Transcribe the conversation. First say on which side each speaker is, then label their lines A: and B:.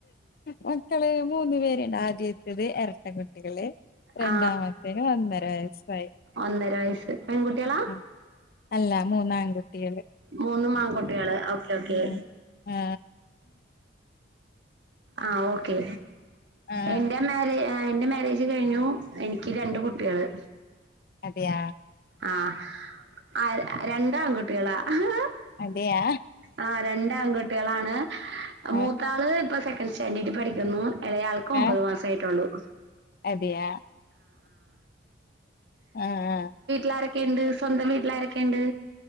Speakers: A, on the left; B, on the right.
A: മക്കള് മൂന്ന് പേര്ണ്ട് ആദ്യത്തേത് എരട്ടകുട്ടികള് രണ്ടാമത്തേന്
B: ആ
A: ഒന്നര വയസായി
B: ഒന്നര വയസ്സ് പെൺകുട്ടികളാ
A: ഉം അല്ല മൂന്നാകുട്ടികള്
B: മൂന്നും ആൺകുട്ടികള് ഓക്കെ ഓക്കെ
A: ഉം ആ
B: ആ ഓക്കെ
A: ആഹ്
B: എന്റെ മാര്യേ ആ ആ എന്റെ മാരേജ് കഴിഞ്ഞു എനിക്ക് രണ്ട് കുട്ട്യേള്.
A: അതെയ
B: ആ ആ ര രണ്ടാങ്കു പിള ആ
A: അതെയാ
B: ആ രണ്ടാംകോ ട്ട്യേളാണ് മൂത്താള്
A: ആഹ്
B: ഇപ്പൊ സെ <unintelligible> സ്റ്റാൻഡേഡി പഠിക്കുന്നു. ഇലയാൾക്കും ഒമ്പത്
A: ആഹ്
B: മാസം ആയിട്ടുള്ളൂ.
A: അതെയാ ആഹ.
B: ലാരെക്കെണ്ട്? സ്വന്തം വീട്ടിലാരാക്കെയണ്ട്?